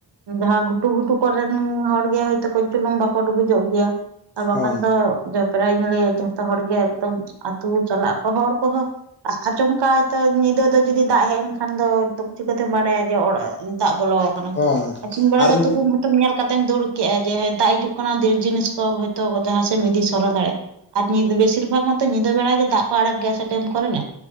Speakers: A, on the right; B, on the left.
A: ᱡᱟᱦᱟᱸ ᱜᱷᱩᱴᱩ ᱜᱷᱩ ᱠᱚᱨᱮᱱ ᱦᱚᱲ ᱜᱮ ᱦᱚᱭᱛᱳ ᱠᱟᱹᱡ ᱪᱩᱞᱩᱝ ᱵᱟᱠᱚ ᱰᱩᱵᱩᱡᱚᱜ ᱜᱮᱭᱟ᱾ ᱟᱨ ᱵᱟᱠᱷᱟᱱ
B: ᱦᱳᱭ
A: ᱫᱚ ᱡᱚᱚᱵᱨᱟᱧ ᱞᱟᱹᱭᱟ ᱡᱷᱚᱛᱚ ᱦᱚᱲᱜ ᱮᱠᱫᱚᱢ ᱟᱹᱛᱩ ᱪᱟᱞᱟᱜ ᱠᱟᱱᱟ᱾ ᱦᱚᱲ ᱠᱚᱦᱚᱸ ᱟ ᱟᱪᱟᱢᱠᱟ ᱧᱤᱫᱟᱹ ᱫᱚ ᱡᱩᱫᱤ ᱫᱟᱜ ᱦᱮᱡ ᱮᱱ ᱠᱷᱟᱱ ᱫᱚ ᱪᱤᱠᱟᱹᱛᱮᱢ ᱵᱟᱲᱟᱭᱟ ᱡᱮ ᱫᱟᱜ ᱵᱚᱞᱚ ᱟᱠᱟᱱᱟ
B: ᱦᱳᱭ
A: ᱤᱥᱤᱱ ᱵᱮᱲᱟ
B: ᱟᱨ
A: ᱫᱚ ᱛᱩᱯᱩ ᱦᱛᱚᱢ ᱧᱮᱞ ᱠᱟᱛᱮ ᱛᱮᱢ ᱫᱩᱲᱵ ᱠᱮᱜᱼᱟ ᱡᱮ ᱫᱟᱜ ᱦᱤᱡᱩᱜ ᱠᱟᱱᱟ ᱰᱮᱨ ᱡᱤᱱᱤᱥ ᱠᱚ ᱦᱳᱭᱛᱳ ᱡᱟᱦᱟᱸᱥᱮᱫ ᱮᱢ ᱤᱫᱤ ᱥᱚᱨᱚ ᱫᱟᱲᱮᱭᱟᱜᱼᱟ ᱟᱨ ᱧᱤᱫᱟᱹ ᱫᱚ ᱵᱮᱥ ᱵᱮᱥᱤᱨ ᱵᱷᱟᱜᱽ ᱢᱚᱛᱚ ᱧᱤᱫᱟᱹ ᱵᱮᱲᱟ ᱜᱮ ᱫᱟᱜ ᱠᱚ ᱟᱲᱟᱜ ᱜᱮᱭᱟ ᱥᱮ ᱰᱮᱢ ᱠᱚᱨᱮᱱᱟᱜ